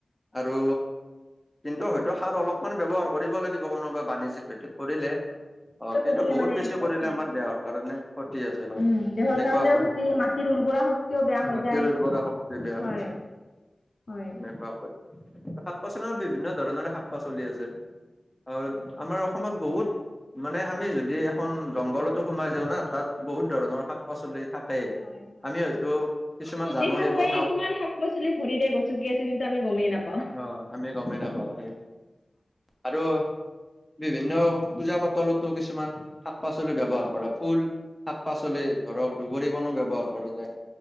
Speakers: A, in the centre; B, on the left.
A: আৰু কিন্তু হয়তো সাৰ অলপমান ব্যৱহাৰ কৰিব লাগিব কোনোবা বাণিজ্যিক খেতি কৰিলে। অ', কিন্তু
B: কৰিলে
A: বহুত
B: মানে
A: বেছি
B: ক্ষতি
A: কৰিলে আমাৰ দেহৰ কাৰণে ক্ষতি আছে হয়।
B: উম দেহৰ
A: তেনেকুৱাকৈ
B: কাৰণেও ক্ষতি মাটিৰ উৰ্বৰা শক্তিও বেয়া হৈ
A: মাটিৰ
B: যায়
A: উৰ্বৰা শক্তি বেয়া
B: হয়
A: হৈছে।
B: হয়
A: সেনেকুৱাকৈ শাক পাচলৰ বিভিন্ন ধৰণৰে শাক পাচলি আছে আৰু আমাৰ অসমত বহুত মানে আমি যদি এখন জংঘলতো সোমাই যাওঁ না তাত বহুত ধৰণৰ শাক
B: হয়,
A: পাচলি থাকেই
B: হয়।
A: আমি হয়তো কিছুমান
B: আমি নেদেখাকৈ
A: জানো সেইবোৰ খাওঁ
B: কিমান শাক পাচলি ভৰিৰে গ চকি আছো কিন্তু আমি গ'মেই নাপাওঁ।
A: অ আমি গমেই নাপাওঁ সেই আৰু বিভিন্ন পূজা পাতলতো কিছুমান শাক পাচলি ব্যৱহাৰ কৰা ফুল শাক পাচলি ধৰক দুবৰি বনো ব্যৱহাৰ কৰা যায়।